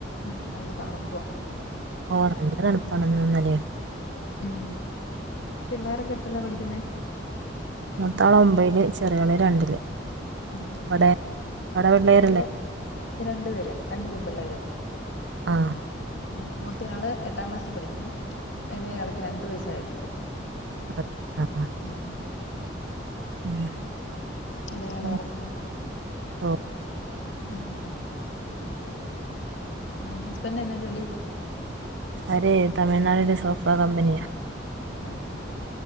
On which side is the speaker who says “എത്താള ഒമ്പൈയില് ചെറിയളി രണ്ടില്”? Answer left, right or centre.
Right